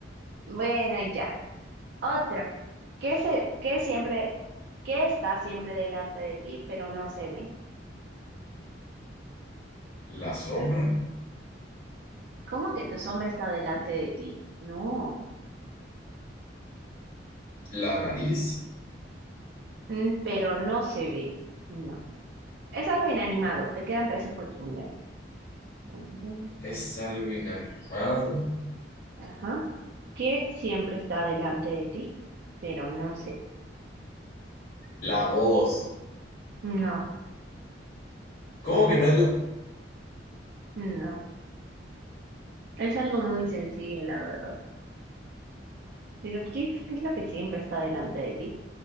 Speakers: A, on the right; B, on the left.
A: Bueno, ya. Otra. ¿Qué se, qué siempre, qué está siempre delante de ti, pero no se ve?
B: La sombra,
A: ¿Cómo que tu sombra está delante de ti? No.
B: la nariz,
A: Mm, Pero no se ve. No. Es algo inanimado. Te quedan tres oportunidades. Dun, dun.
B: es algo inanimado.
A: Ajá. ¿Qué siempre está delante de ti, pero no se ve?
B: La voz.
A: No,
B: ¿Cómo que no es la-
A: no. Es algo muy sencillo, la verdad. Pero ¿qué es, qué es lo que siempre está delante de ti?